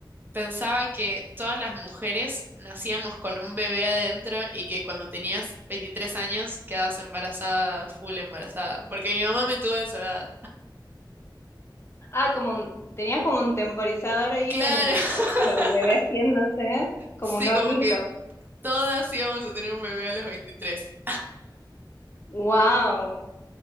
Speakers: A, on the right (about 25°); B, on the left (about 35°).
A: pensaba que todas las mujeres nacíamos con un bebé adentro y que cuando tenías 23 años quedabas embarazada, full embarazada, porque mi mamá me tuvo a esa edad.
B: Ah, como un- tenías como un temporizador ahí
A: Claro,
B: con el,
A: <laughs>
B: con el bebé haciéndose, como
A: sí,
B: un hornito.
A: como que todas íbamos a tener un bebé a los veintitrés
B: Wow,